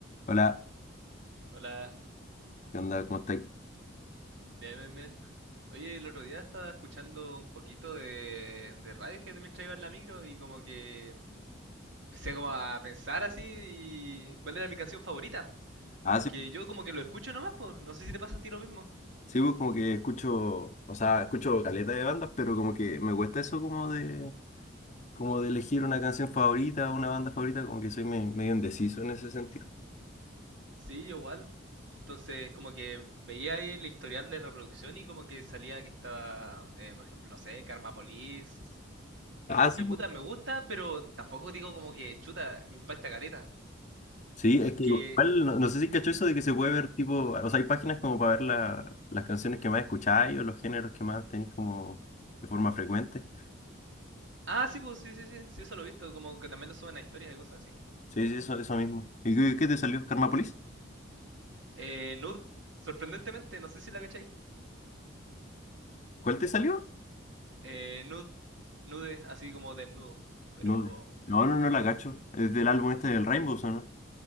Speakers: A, on the left; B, on the right.
A: Hola,
B: Hola,
A: ¿qué onda? ¿Cómo estáis?
B: bien, bien, bien. Oye, el otro día estaba escuchando un poquito de, de Radiohead mientras iba en la micro y como que empecé como a pensar así y cuál era mi canción favorita.
A: Ah,
B: Porque
A: sí,
B: yo como que lo escucho nomás, pues no sé si te pasa a ti lo mismo.
A: sí, pues como que escucho, o sea, escucho caleta de bandas, pero como que me cuesta eso como de, como de elegir una canción favorita, una banda favorita, como que soy me- medio indeciso en ese sentido.
B: Sí, yo igual. Entonces como que veía ahí el historial de reproducción y como que salía que estaba, eh, por ejemplo, no sé, Karma Police. Y
A: Ah,
B: dije,
A: sí, pues.
B: puta, me gusta, pero tampoco digo como que, chuta, me impacta careta.
A: Sí,
B: Porque
A: es que igual, no, no sé si cacho eso de que se puede ver tipo, o sea, hay páginas como para ver la- las canciones que más escucháis o los géneros que más tenéis como de forma frecuente.
B: Ah, sí, pues, sí, sí, sí, sí, eso lo he visto, como que también lo suben a historias y cosas así.
A: Sí, sí, eso, eso mismo. ¿Y qué, qué te salió? ¿Karmapolis?
B: Eh, nude, sorprendentemente, no sé si la cacháis.
A: ¿Cuál te salió?
B: Eh, nude, nude, así como desnudo. Pero
A: No, no, no, no no la cacho. Es del álbum este del Rainbows, ¿o no?